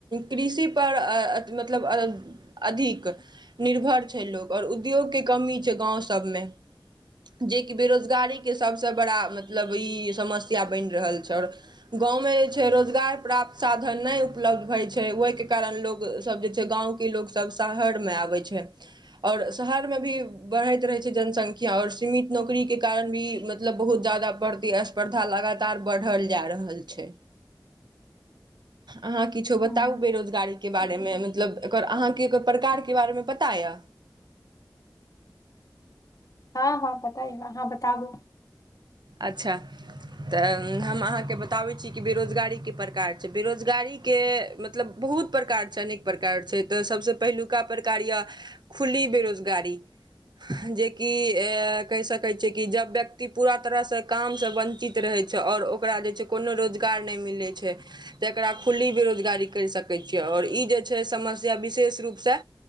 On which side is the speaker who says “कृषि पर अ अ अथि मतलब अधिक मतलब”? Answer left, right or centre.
Right